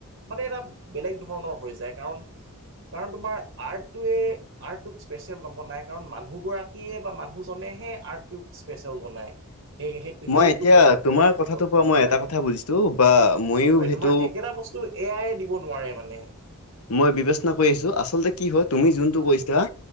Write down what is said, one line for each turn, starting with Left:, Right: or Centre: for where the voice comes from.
Right: মানে এটা বেলেগ ধৰণৰ হৈ যায়। কাৰণ কাৰণ তোমাৰ আৰ্টোৱে আৰ্টটোক স্পেচিয়েল নম্বৰ নাই। কাৰণ মানুহ গৰাক কীয়ে বা মানুহজনেহে আৰ্টটোক স্পেচিয়েল বনাই। সেই সেই সেইটো
Left: মই এতিয়া
Right: ক
Left: তোমাৰ
Right: সেইটো ক্ষেত্ৰত
Left: কথাটোৰ পৰা
Right: মানে
Left: মই
Right: হয়,
Left: এটা কথা বুজিছোঁ বা ময়ো
Right: হয়
Left: সেইটো
Right: তোমাৰ এ কেটা বস্তু এয়াই দিব নোৱাৰে মানে।
Left: মই বিবেচনা কৰি আছোঁ। আচলতে কি হয় তুমি যোনটো কৈছা